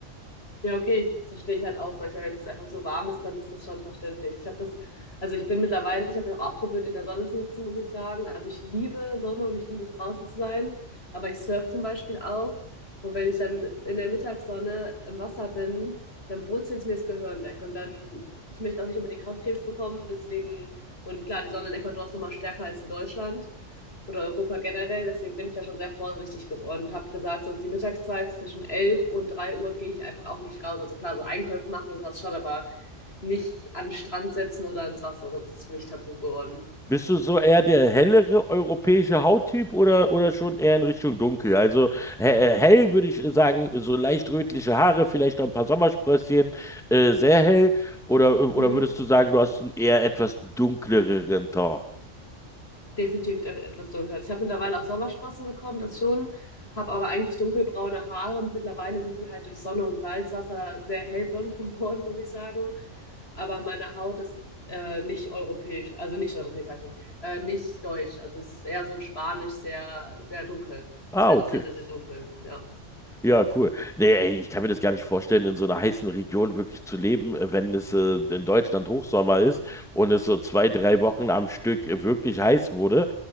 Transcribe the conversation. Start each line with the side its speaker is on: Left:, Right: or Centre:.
Left: Ja, okay, ich, das verstehe ich halt auch manchmal. Wenn es einfach so warm ist, dann ist das schon verständlich. Ich habe das, also ich bin mittlerweile, ich habe mir auch abgewöhnt, in der Sonne zu sitzen, muss ich sagen. Also ich liebe Sonne und ich liebe es draußen zu sein, aber ich surf zum Beispiel auch. Und wenn ich dann in der Mittagssonne im Wasser bin, dann brutzelt mir das Gehirn weg. Und dann, ich möchte auch nicht unbedingt Hautkrebs bekommen, deswegen, und klar, die Sonne in Ecuador ist nochmal stärker als in Deutschland oder Europa generell. Deswegen bin ich da schon sehr vorsichtig geworden und habe gesagt, so die Mittagszeit zwischen 11 und 3 Uhr gehe ich einfach auch nicht raus. Also klar, so Einkäufe machen oder sowas schon, aber nicht an den Strand setzen oder ins Wasser. Also das ist für mich tabu geworden.
Centre: Bist du so eher der hellere europäische Hauttyp oder, oder schon eher in Richtung dunkel? Also he äh, hell würde ich sagen, so leicht rötliche Haare, vielleicht noch ein paar Sommersprösschen, äh, sehr hell. Oder, oder
Left: Mhm.
Centre: würdest du sagen, du hast einen eher etwas dunkleren Ton?
Left: Definitiv e- etwas dunkler. Ich habe mittlerweile auch Sommersprossen bekommen, das schon, habe aber eigentlich dunkelbraune Haare. Mittlerweile sind die halt durch Sonne und Salzwasser sehr hellblond <laughs> geworden, muss ich sagen. aber meine Haut ist äh, nicht europäisch, also nicht europäisch, sag ich nicht, äh, nicht deutsch. Also es ist eher so spanisch, sehr, sehr dunkel.
Centre: Ah,
Left: Es wird
Centre: okay.
Left: auch sehr, sehr, sehr dunkel, ja.
Centre: Ja, cool. Nee, ey, ich kann mir das gar nicht vorstellen, in so einer heißen Region wirklich zu leben, äh, wenn es äh, in Deutschland Hochsommer ist und es so zwei, drei Wochen am Stück äh, wirklich heiß wurde